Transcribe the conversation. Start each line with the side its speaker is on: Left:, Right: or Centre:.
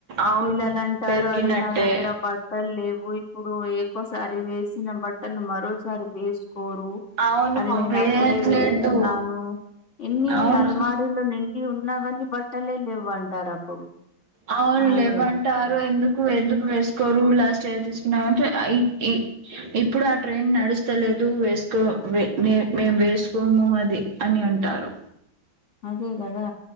Right: అవును
Left: పిల్లలు అంటారు
Right: పెరిగినట్టే
Left: అరే నా దగ్గర బట్టలు లేవు ఇప్పుడు ఎకోసారి వేసిన బట్టలు మరోసారి వేసుకోరు
Right: అవును
Left: అది నేను
Right: వేయట్లేదు
Left: అప్పుడే వేసుకున్నాను ఇన్ని
Right: అవును
Left: అల్మారీలు ని నిండి ఉన్నా కానీ బట్టలే లేవు అంటారు అప్పుడు
Right: అవును
Left: అదే
Right: లేవంటారు ఎందుకు ఎందుకు వేసుకోరు లాస్ట్ ఇయర్ తీసుకున్నామంటే ఈ ఇప్పుడు ఆ ట్రైన్ నడుస్తు ఇస్తలేదు వేసుకోే మేము వేసుకోము అది అని అంటారు
Left: అదే కదా